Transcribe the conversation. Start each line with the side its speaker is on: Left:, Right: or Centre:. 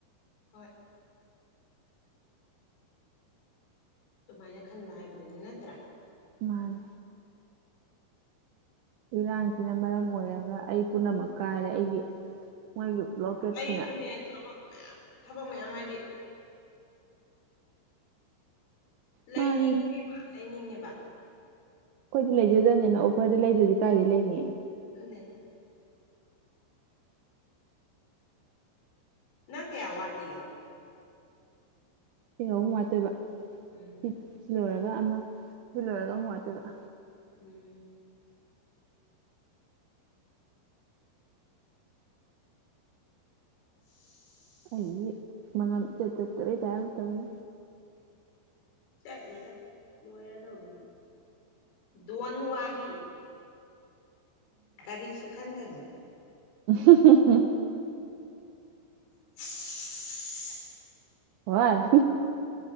Left: ꯍꯣꯏ ꯑꯗꯨꯃꯥꯏꯅ ꯈꯟꯕ ꯍꯥꯏꯕꯗꯨꯅꯤ ꯅꯠꯇ꯭ꯔꯥ
Right: ꯃꯥꯥꯟ ꯏꯔꯥꯡꯁꯤꯅ ꯃꯔꯝ ꯑꯣꯏꯔꯒ ꯑꯩ ꯄꯨꯝꯅꯃꯛ ꯀꯥꯏꯔꯦ ꯑꯩꯒꯤ ꯃꯣꯏꯒꯤ ꯕ꯭ꯂꯣꯀꯦꯠꯁꯤꯅ
Left: ꯑꯩꯁꯨꯅꯦ ꯊꯕꯛ ꯃꯌꯥꯝ ꯊꯕꯛ ꯃꯌꯥꯝ ꯍꯥꯏꯗꯤ ꯂꯩꯅꯤꯡꯉꯦꯕ
Right: ꯃꯥꯅꯤꯅꯦ
Left: ꯂꯩꯅꯤꯡꯉꯦꯕ
Right: ꯑꯩꯈꯣꯏꯗꯤ ꯂꯩꯖꯗꯕꯅꯤꯅ ꯑꯣꯐꯔꯗ ꯂꯩꯗ꯭ꯔꯗꯤ ꯀꯥꯏꯗꯤ ꯂꯩꯅꯤꯑ
Left: ꯄꯨꯅꯦ ꯅꯪ ꯀꯌꯥ ꯋꯥꯠꯂꯤꯒꯦ
Right: ꯏꯁꯤꯡ ꯑꯍꯨꯝ ꯋꯥꯇꯣꯏꯕ
Left: ꯎꯝ
Right: ꯁꯤ ꯂꯣꯏꯔꯒ ꯑꯃ ꯁꯤ ꯂꯣꯏꯔꯒ ꯑꯍꯨꯝ ꯋꯥꯇꯣꯏꯕ
Left: ꯎꯝ <inaudible>
Right: ꯑꯩꯒꯤ ꯃꯅꯝꯆ ꯆꯠꯇꯕ ꯇꯔꯅ ꯇꯧꯋ
Left: ꯆꯠꯅꯤꯗ ꯂꯣꯏꯔꯗꯧ ꯑꯗꯨꯝ ꯗꯣꯟ ꯋꯥꯗꯤ ꯀꯒꯥꯔꯤꯁꯨꯨ ꯈꯥꯟꯒꯅꯨ
Right: ꯎ
Left: <unintelligible>
Right: ꯍꯣꯏ